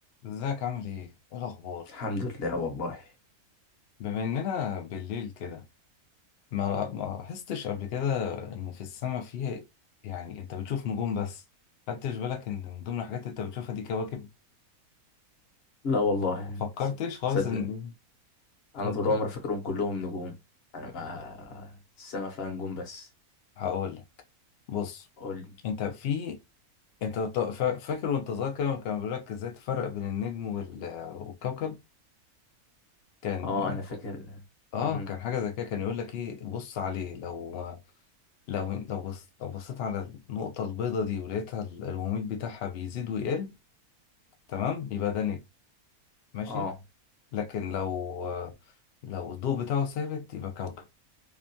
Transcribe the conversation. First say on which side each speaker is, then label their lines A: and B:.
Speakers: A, on the left; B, on the left.
A: ازيك عامل ايه؟ ايه الأخبار؟
B: الحمد لله والله
A: بما إننا بالليل كده ما ما لاحظتش قبل كده إن في السماء فيه يعني أنت بتشوف نجوم بس خدتش بالك إن من ضمن الحاجات اللي أنت بتشوفها دي كواكب؟
B: لا والله
A: فكرتش
B: ص-
A: خالص
B: صدق
A: إن
B: انا
A: ممكن
B: طول عمري فاكرهم كلهم نجوم انا ما السما فيها نجوم بس
A: هقول لك بص
B: قول لي
A: أنت في أنت ط- فا- فاكر وأنت صغير كده كان بيقول لك إزاي تفرق بين النجم وال... والكوكب؟ كان
B: اه انا فاكر
A: آه
B: امم
A: كان حاجة زي كده كان يقول لك إيه بص عليه لو لو لو بص لو بصيت على النقطة البيضة دي ولقيتها ال- الوميض بتاعها بيزيد ويقل تمام يبقى ده نجم ماشي
B: اه
A: لكن لو لو الضوء بتاعه ثابت يبقى كوكب